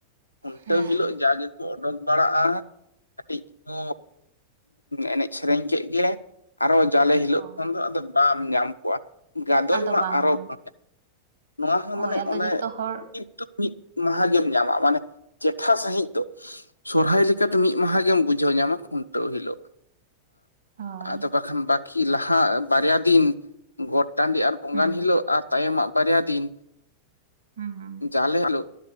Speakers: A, on the left; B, on the right.
A: ᱠᱷᱩᱱᱴᱟᱹᱣ
B: ᱦᱮᱸ
A: ᱦᱤᱞᱳᱜ ᱡᱟᱜᱮ ᱠᱚ ᱚᱰᱳᱠ ᱵᱟᱲᱟᱜ-ᱟ ᱠᱟᱹᱴᱤᱡ ᱠᱚ ᱮᱱᱮᱡ ᱥᱮᱨᱮᱧ ᱠᱮᱫ ᱜᱮ᱾ ᱟᱨᱚ ᱡᱟᱞᱮ ᱦᱤᱞᱳᱜ
B: ᱦᱳᱭ
A: ᱠᱷᱚᱱ ᱫᱚ ᱟᱫᱚ ᱵᱟᱢ ᱧᱟᱢ ᱠᱚᱣᱟ ᱜᱟᱫᱚᱭ
B: ᱟᱫᱚ
A: ᱢᱟ
B: ᱵᱟᱢ
A: ᱟᱨᱚ
B: ᱧᱟᱢ
A: ᱵᱟᱝᱟ, ᱱᱚᱣᱟ ᱦᱚᱸ
B: ᱦᱳᱭ
A: ᱢᱟᱱᱮ
B: ᱟᱫᱚ
A: ᱚᱱᱮ
B: ᱡᱚᱛᱚ ᱦᱚᱲ
A: ᱢᱤᱫ ᱜᱮᱢ ᱧᱟᱢᱟ ᱢᱟᱱᱮ ᱪᱮᱴᱷᱟ ᱥᱟᱺᱦᱤᱡ ᱫᱚ ᱥᱚᱨᱦᱟᱭ ᱞᱮᱠᱟᱫᱚ ᱢᱤᱫ ᱢᱟᱦᱟ ᱜᱮᱢ ᱵᱩᱡᱷᱟᱹᱣ ᱧᱟᱢᱟ, ᱠᱷᱩᱱᱴᱟᱹᱣ ᱦᱤᱞᱳᱜ᱾
B: ᱦᱳᱭ
A: ᱟᱫᱚ ᱠᱷᱟᱱ ᱵᱟᱠᱤ ᱞᱟᱦᱟ ᱵᱟᱨᱭᱟ ᱫᱤᱱ ᱜᱚᱴ ᱴᱟᱺᱰᱤ ᱟᱨ ᱵᱚᱸᱜᱟᱱ
B: ᱦᱩᱸ
A: ᱦᱤᱞᱳᱜ ᱟᱨ ᱛᱟᱭᱚᱢᱟᱜ ᱵᱟᱨᱭᱟ ᱫᱤᱱ
B: ᱦᱩᱸ
A: ᱡᱟᱞᱮ ᱦᱤᱞᱚᱜ